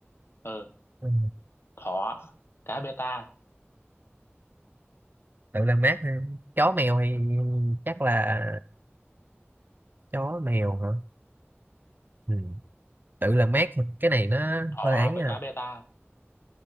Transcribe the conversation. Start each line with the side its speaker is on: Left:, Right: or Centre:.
Left: ờ,
Right: ừ.
Left: thỏ, cá bê ta.
Right: tự làm mát ha. chó mèo thì chắc là chó mèo
Left: Ừ,
Right: hả ừ. tự làm mát thì cái này nó
Left: Thỏ
Right: hơi ấy
Left: với
Right: à
Left: cá bê ta.